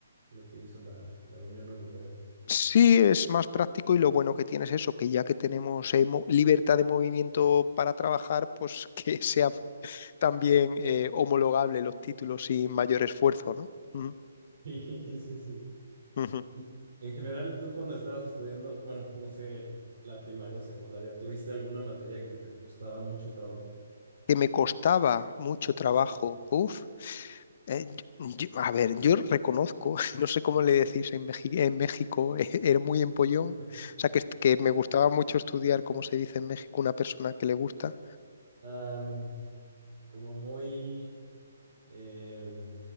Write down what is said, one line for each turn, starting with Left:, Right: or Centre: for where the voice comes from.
Right: Lo que hizo la, la Unión Europea. <laughs>
Left: Sí, es más práctico y lo bueno que tiene es eso, que ya que tenemos eh, mo- libertad de movimiento para trabajar, pues que <laughs> sea también eh, homologable los títulos sin mayor esfuerzo, ¿no? Ujú,
Right: Sí, sí, sí.
Left: ujú.
Right: Y en general, tú cuando estabas estudiando, bueno, no sé, la primaria o secundaria, ¿tuviste alguna materia que te costaba mucho trabajo?
Left: Que me costaba mucho trabajo,
Right: Sí.
Left: uf, Eh, yo- yo- a ver, yo reconozco, <laughs> no sé cómo le decís en México, en México, <laughs> era muy empollón.
Right: <laughs>
Left: O sea, que, que me gustaba mucho estudiar cómo se dice en México una persona que le gusta.
Right: Am, como muy, em,